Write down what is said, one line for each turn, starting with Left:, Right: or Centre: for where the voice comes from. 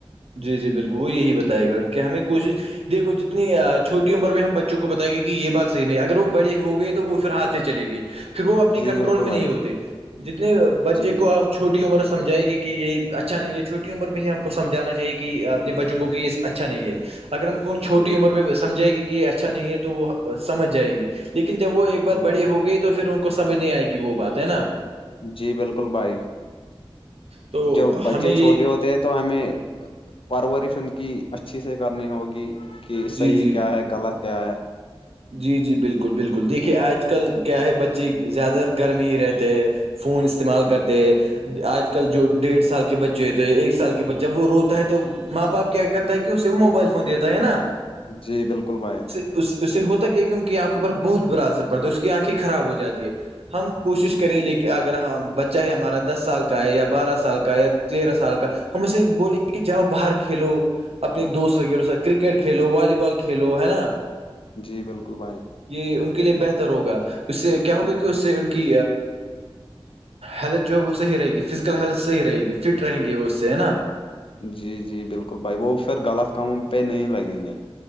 Right: جی جی بالکل وہ یہی بتائے گا کہ ہمیں کوشش دیکھو جتنی چھوٹی عمر میں ہم بچوں کو بتائے گے کہ یہ بات صحیح نہیں اگر وہ بڑے ہو گئے تو وہ پھر ہاتھ سے چلے گئے پھر وہ اپنے
Left: جی
Right: کنٹرول
Left: بالکل
Right: میں
Left: بھائی
Right: نہیں ہوتے جتنے بچے
Left: جی
Right: کو
Left: جی
Right: ہم چھوٹی عمر سمجھائے گی کہ یہ اچھا نہیں ہے چھوٹی عمر میں ہی ہم کو سمجھانا کہ اپنے بچوں کو کہ اچھا نہیں ہے اگر ہم کو چھوٹی
Left: جی
Right: عمر میں سمھائے گی کہ اچھا نہیں ہے تو وہ سمجھ جائیں گی لیکن جب وہ ایک بار
Left: جی
Right: بڑی ہو گئی تو پھر ان کو کو سمجھ نہیں آئے گی وہ بات ہے نا
Left: جی بالکل بھائی
Right: تو
Left: جو بچے
Right: ہمیں یہ
Left: چھوٹے ہوتے ہیں تو ہمیں پرورش ان کی اچھی سے کرنی ہوگی کہ
Right: جی
Left: صحیح
Right: جی
Left: کیا ہے غلط کیا ہے
Right: جی جی بالکل بالکل دیکھیے آج کل کیا ہے بچے زیادہ تر گرمی ہی رہتے ہے <unintelligible> فون استعمال کرتے آج کل جو ڈیڑھ سال کے بچے ہوتے ہیں ایک سال کے بے جب وہ روتا ہے تو ماں باپ کیا کرتا ہے کہ اسے وہ موبائل فون دیتا ہے نا
Left: جی بالکل بھائی
Right: اس اس سے ہوتا کیا کہ ان کی آنکھوں پر بہت برا اثر پڑتا ہے اس کی آنکھیں خراب ہو جاتی ہے ہم کوشش
Left: جی
Right: کرے لے کہ اگر بچہ ہے ہمارا دس سال کا ہے یا بارہ سال کا یا تیرہ سال کا ہم اسے بولیے کہ جاؤ باہر کھیلو اپنے دوست وغیرہ س کرکٹ کھیلو والی بال کھیلو ہے نا
Left: جی بالکل بھائی
Right: یہ ان کے لیے بہتر ہوگا اس سے کیا ہوگا
Left: جی
Right: کہ اس سے ان کہ ہیلتھ جو ہے وہ صحیح رہے گی فزیکل ہیلتھ صحیح رہے گی فٹ رہیں گے وہ اس سے ہے نا
Left: جی جی بالکل بھائی وہ پھر غلط کاموں پہ نہیں لگیں گے